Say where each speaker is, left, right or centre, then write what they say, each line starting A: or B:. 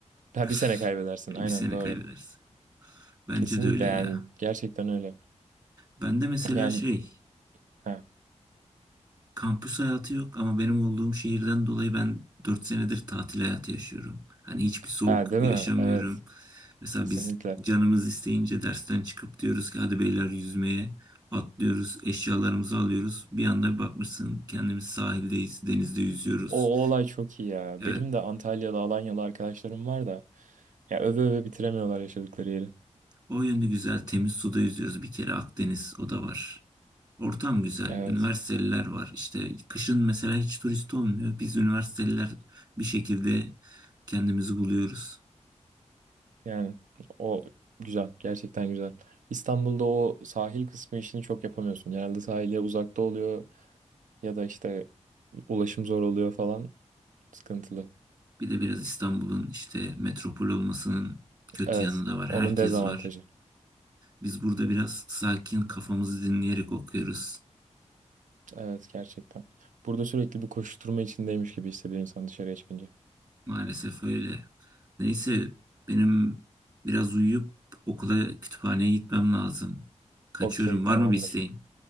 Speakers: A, on the right; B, on the right.
A: Ha
B: <laughs>
A: bir sene kaybedersin.
B: bir
A: Aynen
B: sene
A: doğru.
B: kaybedersin. Bence
A: Kesinlikle
B: de öyle
A: yani
B: ya.
A: gerçekten öyle.
B: Ben de mesela
A: Yani
B: şey
A: ha,
B: Kampüs hayatı yok ama benim olduğum şehirden dolayı ben 4 senedir tatil hayatı yaşıyorum. Hani hiçbir soğuk
A: ha değil
B: yaşamıyorum.
A: mi? Evet.
B: Mesela
A: Kesinlikle.
B: biz canımız isteyince dersten çıkıp diyoruz ki hadi beyler yüzmeye atlıyoruz, eşyalarımızı alıyoruz. Bir anda bir bakmışsın kendimiz sahildeyiz, denizde yüzüyoruz.
A: O, o olay çok iyi ya.
B: Evet,
A: Benim de Antalyalı, Alanyalı arkadaşlarım var da ya öve öve bitiremiyorlar yaşadıkları yeri.
B: o yönde güzel temiz suda yüzüyoruz bir kere Akdeniz o da var. Ortam güzel.
A: Evet.
B: Üniversiteliler var. İşte kışın mesela hiç turist olmuyor. Biz üniversiteliler bir şekilde kendimizi buluyoruz.
A: Yani o güzel. Gerçekten güzel. İstanbul'da o sahil kısmı işini çok yapamıyorsun. Genelde sahile uzakta oluyor ya da işte ulaşım zor oluyor falan. Sıkıntılı.
B: Bir de biraz İstanbul'un işte metropol olmasının kötü
A: Evet.
B: yanı da var.
A: Onun
B: Herkes
A: dezavantajı.
B: var. Biz burada biraz sakin kafamızı dinleyerek okuyoruz.
A: Evet gerçekten. Burada sürekli bir koşturma içindeymiş gibi hissediyor insan dışarıya çıkınca.
B: Maalesef öyle. Neyse benim biraz uyuyup okula kütüphaneye gitmem lazım. Kaçıyorum.
A: Okey tamamdır.
B: Var mı bir isteğin?